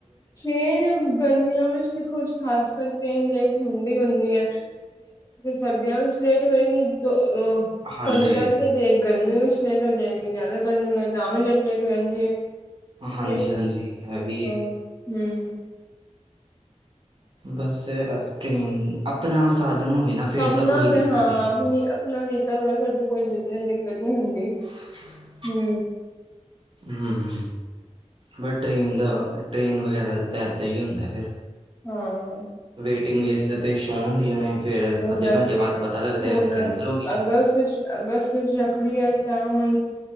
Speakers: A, on the left; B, on the right.
A: ਟ੍ਰੇਨ ਗਰਮੀਆਂ ਵਿੱਚ ਖੋ ਖਾਸ ਕਰ ਟ੍ਰੇਨ ਲੇਟ ਹੁੰਦੀ ਹੁੰਦੀ ਹੈ। ਸਰਦੀਆਂ ਵਿੱਚ ਲੇਟ ਹੋਏਗੀ ਦੋ।
B: ਹਾਂਜੀ,
A: ਧੁੰਦ ਕਰਕੇ ਜੇ ਗਰਮੀ ਲੇਟ ਹੋ ਜਾਏਗੀ ਜ਼ਿਆਦਾ ਗਰਮੀ ਹੋਏ ਤਾਂ ਆਮ ਵੀ ਲੇਟ ਲੇਟ ਹੋ ਜਾਂਦੀ ਹੈ।
B: ਹਾਂਜੀ-ਹਾਂਜੀ
A: ਤੇ ਹਾਂ
B: ਇਹ ਵੀ
A: ਹੂੰ।
B: ਏ। ਬਸ ਟ੍ਰੇਨ ਆਪਣਾ ਸਾਧਨ ਹੋਵੇ ਨਾ। ਫੇਰ
A: ਆਪਣਾ
B: ਤਾਂ ਕੋਈ
A: ਵੀ
B: ਦਿੱਕਤ
A: ਹਾਂ
B: ਨਹੀਂ ਹੈਗੀ।
A: ਆਪਣਾ ਵੀਕਲ ਹੋ ਫਿਰ ਕੋਈ ਦਿੱਕਤ ਨਹੀਂ ਹੁੰਦੀ।
B: <inaudible>
A: ਹੂੰ।
B: ਹੂੰ। ਬਟ ਟ੍ਰੇਨ ਦਾ ਟ੍ਰੇਨ ਵਗੈਰਾ ਦਾ ਤਾਂ ਇੱਦਾਂ ਹੀ ਹੁੰਦਾ ਫਿਰ।
A: ਹਾਂ।
B: ਵੇਟਿੰਗ ਲਿਸਟ 'ਤੇ ਛੋ ਹਦੀਆਂ ਨੇ। ਫਿਰ
A: ਹੁਣ
B: ਅੱਧੇ
A: ਜਾਂਦੀ
B: ਘੰਟੇ ਬਾਅਦ
A: ਹੈ
B: ਪਤਾ ਲੱਗਦਾ
A: ਹੁਣ
B: ਹੈ ਉਹ ਕੈਂਸਲ ਹੋ ਗਈਆਂ ਨੇ
A: ਅਗਸਤ ਵਿੱਚ ਅਗਸਤ ਰੱਖੜ ਆਈ ਤਾਂ ਹੁਣ